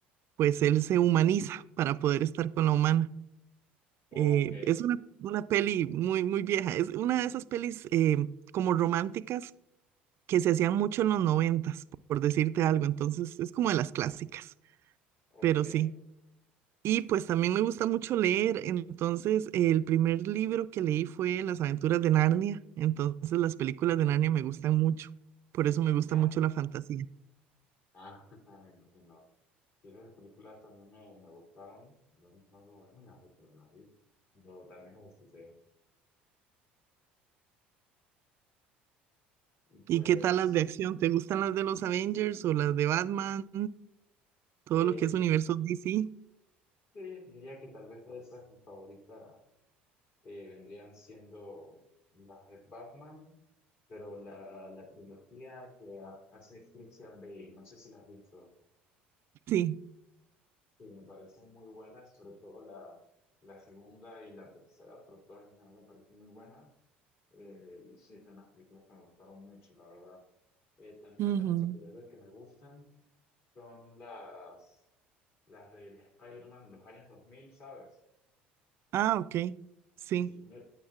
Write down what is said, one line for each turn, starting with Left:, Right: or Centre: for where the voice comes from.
Right: pues él se humaniza para poder estar con la humana.
Left: Ok.
Right: Eh, es una, una peli muy, muy vieja, es una de esas pelis eh, como románticas que se hacían mucho en los noventas, por por decirte
Left: ujú,
Right: algo, entonces es como de las clásicas, pero
Left: Ok.
Right: sí. Y pues también me gusta mucho leer, entonces el primer libro que leí fue Las aventuras de Narnia, entonces las películas
Left: Ok.
Right: de Narnia me gustan mucho, por eso me gusta
Left: Ya.
Right: mucho la fantasía.
Left: Ah, <laughs> me imagino. Sí, esas películas también me, me gustaron. De vez en cuando, bueno, me hago que me las vi. Pero también las disfruté. Y pues,
Right: ¿Y qué tal las de acción? ¿Te gustan las de los Avengers o las de Batman? Todo
Left: eh,
Right: lo que es universo DC.
Left: sí, diría que tal vez de esas mi favorita eh, vendrían siendo las de Batman, pero la, la trilogía que ha- hace Christian Bale. No sé si las has visto.
Right: Sí.
Left: Sí, me parecen muy buenas, sobre todo la, la segunda y la tercera, pero todas en general me parecen muy buenas. Eh, y sí, son unas películas que me gustaron mucho, la verdad. Eh, también
Right: Ujú.
Left: otras de superhéroes que me gustan son las, las del Spider-Man de los años dos mil ¿sabes?
Right: Ah, ok. Sí,
Left: Sí, no,